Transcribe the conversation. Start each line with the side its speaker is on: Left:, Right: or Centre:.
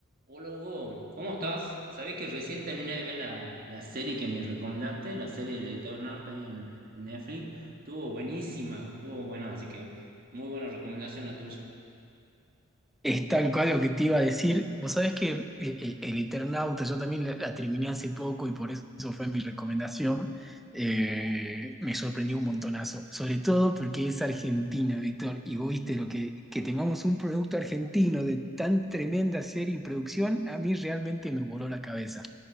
Right: Hola Hugo, ¿cómo estás? Sabés que recién terminé de ver la, la serie que me recomendaste, la serie del Eternauta ahí en, en Netflix. Estuvo buenísima, estuvo bueno, así que muy buena recomendación la tuya.
Centre: Es tal cual lo que te iba a decir. Vos sabés que eh, eh, El Eternauta, yo también la, la terminé hace poco y por eso fue mi recomendación. Eh, me sorprendió un montonazo, sobre todo porque es Argentina, Víctor, y vos viste lo que, que tengamos un producto argentino de tan tremenda serie y producción, a mí realmente me voló la cabeza.